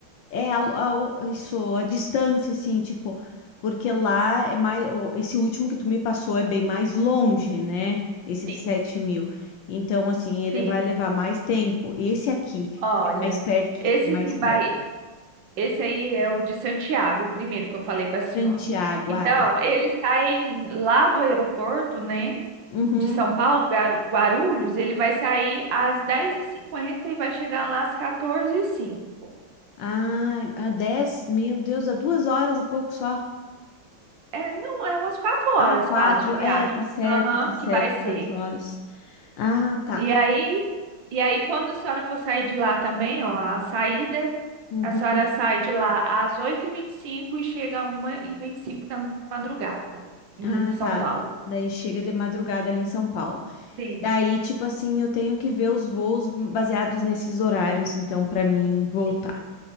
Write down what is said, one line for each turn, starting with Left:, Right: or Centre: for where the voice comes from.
Left: É a, a- o- isso, a distância, assim, tipo, porque lá é mais. o- Esse último que tu me passou é bem mais longe, né? Esse de
Right: Sim,
Left: 7 mil. Então, assim, ele
Right: sim.
Left: vai levar mais tempo. Esse aqui
Right: Olha,
Left: é mais perto
Right: esse
Left: de que é mais
Right: que
Left: perto.
Right: vai, esse aí é o de Santiago, o primeiro que eu falei para a senhora.
Left: Santiago,
Right: Então,
Left: ah, tá.
Right: eles saem lá do aeroporto, né?
Left: Uhum.
Right: de São Paulo, Garu- Guarulhos, ele vai sair às dez e cinquenta e vai chegar lá às 14 e cinco
Left: Ah, a 10, meu Deus, dá duas horas e pouco só.
Right: É, não, é umas quatro horas
Left: Ah, quatro,
Right: quase de viagem.
Left: é, tá certo,
Right: Aham,
Left: tá certo,
Right: que vai ser.
Left: quatro horas. Ah, tá.
Right: E aí, e aí, quando a senhora for sair de lá também, ó, a saída,
Left: Uhum.
Right: a senhora sai de lá às oito e vinte e cinco e chega a uma e vinte e cinco da madrugada em
Left: Ah,
Right: São
Left: tá.
Right: Paulo.
Left: Daí chega de madrugada ali em São Paulo.
Right: Sim,
Left: Daí, tipo assim, eu tenho que ver os voos baseados nesses horários, então, pra mim voltar.
Right: sim,